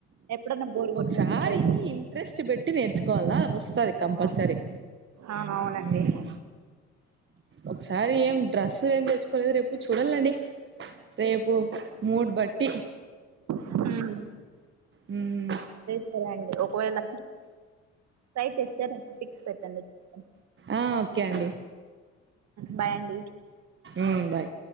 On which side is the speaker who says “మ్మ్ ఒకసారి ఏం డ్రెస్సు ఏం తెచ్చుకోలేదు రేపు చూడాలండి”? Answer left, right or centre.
Right